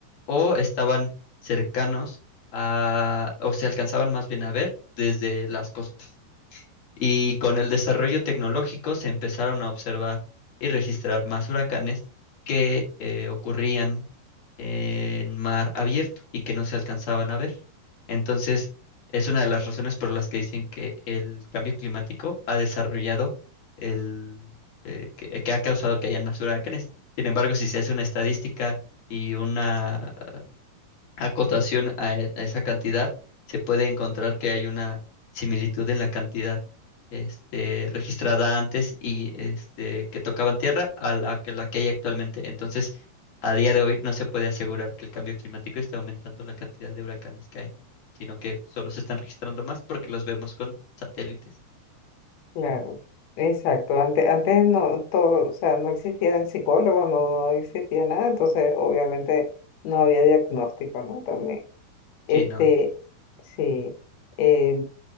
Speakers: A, on the left; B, on the left.
A: o estaban cercanos a, o se alcanzaban más bien a ver desde las costas. Y con el desarrollo tecnológico se empezaron a observar y registrar más huracanes que eh, ocurrían en mar abierto y que no se alcanzaban a ver. Entonces, es una de las razones por las que dicen que el cambio climático ha desarrollado el eh, que, que ha causado que hayan más huracanes. Sin embargo, si se hace una estadística y una acotación a, e- a esa cantidad, se puede encontrar que hay una similitud en la cantidad este, registrada antes y este, que tocaban tierra a la que, la que hay actualmente. Entonces, a día de hoy no se puede asegurar que el cambio climático esté aumentando la cantidad de huracanes que hay, sino que solo se están registrando más porque los vemos con satélites.
B: Claro, exacto. Antes, antes no, todo, o sea, no existían psicólogos, no existía nada, entonces obviamente no había diagnóstico, ¿no? También. Este,
A: Sí, no.
B: sí, eh,